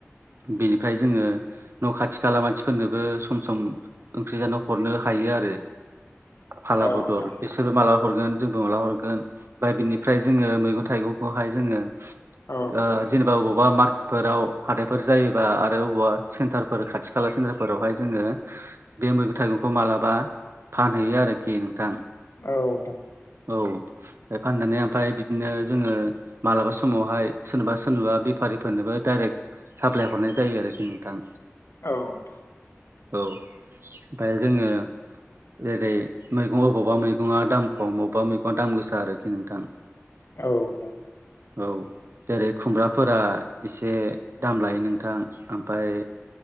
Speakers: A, on the right; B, on the left.
A: बेनिफ्राय जोङो न' खाथि खाला मानसिफोरनोबो सम सम ओंख्रि जानो हरनो हायो आरो। फाला
B: औ
A: बदल
B: नोंथां
A: बिसोरबो माला हरगोन जोंबो मालाबा हरगोन। ओमफ्राय बिनिफ्राय जोङो मैगं-थाइगंखौहाय जोङो
B: औ नोंथां औ
A: ओ जेनेबा अबावबा मार्केट- फोराव हाथायफोर जायोबा आरो अबावबा सेन्टारफोर खाथि-खाला सेन्टारफोरावहाय जोङो बे मैगं-थाइगंखौ मालाबा फानहैयो आरोखि नोंथां।
B: औ नोंथां
A: औ बे फाननानै ओमफ्राय बिदिनो जोङो मालाबा समावहाय सोरनोबा सोरनोबा बेफारिफोरनोबो डाइरेक्ट साप्लाय हरनाय जायो आरोखि नोंथां।
B: औ नोंथां।
A: औ ओमफाय जोङो जेरै मैगं अबावबा मैगङा दाम खम अबेबा मैगंआ दाम गोसा आरोखि नोंथां।
B: औ नोंथां
A: औ जेरै खुमब्राफोरा एसे दाम लायो नोंथां ओमफ्राय